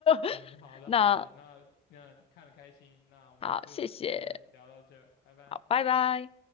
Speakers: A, on the left; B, on the left.
A: <laughs>
B: 嗯，好的好的，
A: 那
B: 那那看的开心，那我们就先聊到这儿，
A: 好，谢谢，
B: 拜拜。
A: 好，拜拜。